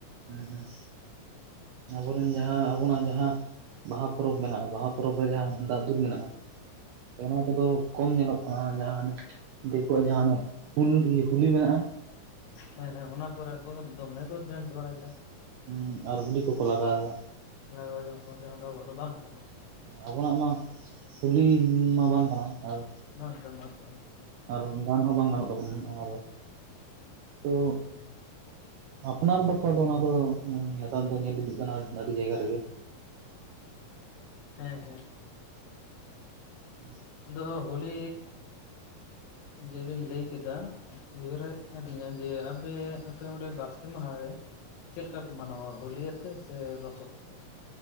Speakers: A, on the right (about 75°); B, on the left (about 80°).
A: ᱦᱩᱸ ᱦᱩᱸ ᱟᱵᱚᱨᱮᱱ ᱡᱟᱦᱟᱸ ᱟᱵᱚᱱᱟᱜ ᱡᱟᱦᱟᱸ ᱵᱟᱦᱟ ᱯᱚᱨᱚᱵᱽ ᱢᱮᱱᱟᱜ-ᱟ ᱵᱟᱦᱟ ᱯᱚᱨᱚᱵᱽ ᱨᱮ ᱡᱟᱦᱟᱸ ᱩᱢ ᱫᱟᱜ <unintelligible> ᱢᱮᱱᱟᱜ-ᱟ ᱛᱚ ᱚᱱᱟ ᱠᱚᱫᱚ ᱠᱚᱢ ᱧᱮᱞᱚᱜ ᱠᱟᱱᱟ ᱡᱟᱦᱟᱸ ᱦᱟᱱᱮ ᱫᱮᱠᱳᱣᱟᱜ ᱡᱟᱦᱟᱸ ᱦᱟᱱᱮ ᱦᱩᱞ ᱤᱭᱟᱹ ᱦᱩᱞᱤ ᱢᱮᱱᱟᱜ-ᱟ
B: ᱦᱮᱸ ᱦᱮᱸ ᱚᱱᱟ ᱠᱚᱨᱮ ᱠᱚ ᱫᱚᱢᱮ ᱠᱚ ᱰᱮᱱᱥ ᱵᱟᱲᱟᱭ ᱫᱟ
A: ᱦᱩᱸ ᱟᱨ ᱜᱩᱞᱤ ᱠᱩᱠᱚ ᱞᱟᱜᱟᱣ ᱫᱟ
B: ᱞᱟᱜᱟᱣ <unintelligible> ᱡᱟᱦᱟᱸ ᱫᱚ ᱟᱵᱚᱣᱟᱜ ᱫᱚ ᱵᱟᱝ ᱠᱟᱱᱟ
A: ᱟᱵᱚᱱᱟᱜ ᱢᱟ ᱠᱩᱞᱤ ᱢᱟ ᱵᱟᱝ ᱠᱟᱱᱟ ᱟᱨ
B: ᱵᱟᱝ ᱠᱟ ᱵᱟᱝ ᱠᱟᱱᱟ
A: ᱟᱨ ᱜᱟᱱ ᱦᱚᱸ ᱵᱟᱝ ᱜᱟᱱᱚᱜ ᱛᱟᱵᱚᱱᱟ ᱚᱱᱟ ᱫᱚ, ᱛᱳ
B: <unintelligible>
A: ᱟᱯᱱᱟᱨ ᱫᱚ ᱠᱚᱫᱚ ᱚᱱᱟ ᱠᱚᱫᱚ ᱱᱮᱛᱟᱨ ᱫᱚ ᱧᱮᱞ ᱤᱫᱤᱜ ᱠᱟᱱᱟ ᱟᱹᱰᱤ ᱡᱟᱭᱜᱟ ᱨᱮᱜᱮ
B: ᱦᱮᱸ ᱦᱮᱸ
A: <unintelligible>
B: ᱟᱫᱚ ᱦᱳᱞᱤ ᱡᱮ ᱵᱤᱱ ᱞᱟᱹᱭ ᱠᱮᱫᱟ ᱩᱭᱦᱟᱹᱨ ᱦᱮᱡ ᱟᱹᱫᱤᱧᱟ ᱡᱮ ᱟᱯᱮᱻ ᱟᱯᱮ ᱚᱸᱰᱮ ᱵᱟᱥᱠᱮ ᱢᱟᱦᱟ ᱨᱮ ᱪᱮᱫ ᱞᱮᱠᱟ ᱠᱚ ᱢᱟᱱᱟᱣᱟ ᱦᱳᱞᱤᱭᱟᱛᱮ ᱥᱮ ᱞᱚᱥᱚᱫ ᱟᱛᱮ